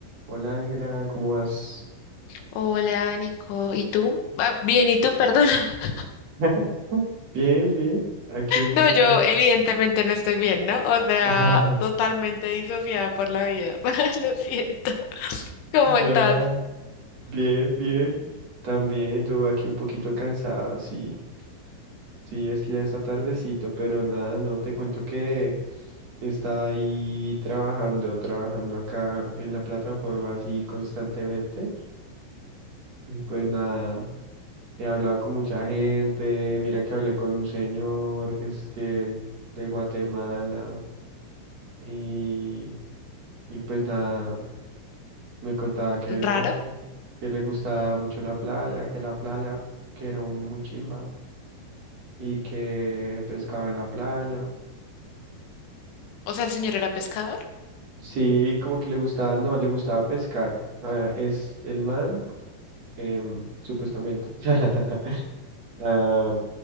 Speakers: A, on the right; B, on the left.
A: Hola Ángela, ¿cómo vas?
B: Hola, Nico. ¿Y tú? Ah, bien, ¿y tú? Perdón. <laughs>
A: <laughs> Bien, bien. Aquí un poquito
B: No, yo
A: así.
B: evidentemente no estoy bien, ¿no? O sea,
A: <laughs>
B: totalmente disociada por la vida. <laughs> Lo siento. ¿Cómo
A: Ya,
B: estás?
A: bien, bien. También yo aquí un poquito cansado, sí. Sí, es que ya está tardecito, pero nada, no te cuento que estaba ahí trabajando, trabajando acá en la plataforma así constantemente. Y pues nada, he hablado con mucha gente. Mira que hablé con un señor que es que de Guatemala. Y Y pues nada, me contaba que nada,
B: ¿Raro?
A: que le gustaba mucho la playa, que la playa, que era un muy chimba y que pescaba en la playa.
B: O sea, el señor era pescador.
A: Sí, como que le gustaba, no, le gustaba pescar. Ah, es el man, em, supuestamente. <laughs> Ah,